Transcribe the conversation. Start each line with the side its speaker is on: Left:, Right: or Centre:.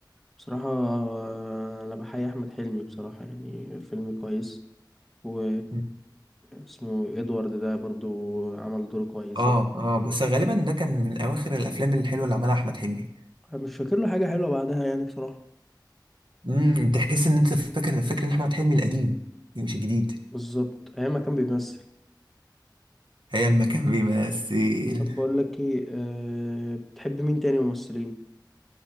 Centre: بصراحة آه، أنا بحيي أحمد حلمي بصراحة يعني فيلم كويس و
Right: مم.
Centre: اسمه إدوارد ده برضو عمل دور كويس
Right: اه
Centre: يعني
Right: اه بس غالبا ده كان من اواخر الافلام الحلوه اللي عملها احمد حلمي
Centre: أنا مش فاكر له حاجة حلوة بعدها يعني بصراحة
Right: امم تحس ان انت فاكر الفكر ان احمد حلمي القديم يعني مش الجديد
Centre: بالظبط أيام ما كان بيمثل
Right: ايام ما كان بيمثل
Centre: طب بقول لك إيه أه بتحب مين تاني ممثلين